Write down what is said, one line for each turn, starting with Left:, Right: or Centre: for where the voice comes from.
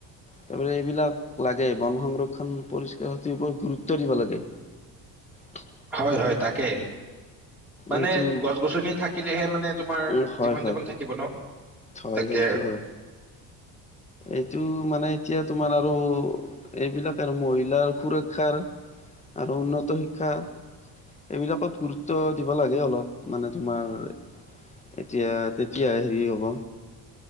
Left: তাৰপিছত এইবিলাক লাগে বন সংৰক্ষন পৰিস্কাৰ স ওপৰত গুৰুত্ব দিব লাগে। তে
Centre: হয় হয় তাকে, মানে
Left: এইটো
Centre: গছ গছনি থাক কিলেহে মানে তোমাৰ
Left: উম, হয়,
Centre: জীৱন
Left: হয়,
Centre: যাপন থাকিব ন?
Left: হয়
Centre: তাকে
Left: সেইটো হয়। এইটো মানে এতিয়া তোমাৰ আৰু এইবিলাক আৰু মহিলাৰ সুৰক্ষাৰ আৰু উন্নত শিক্ষা এইবিলাকত গুৰুত্ব দিব লাগে অলপ মানে তোমাৰ এতিয়া, তেতিয়া হেৰি হ'ব।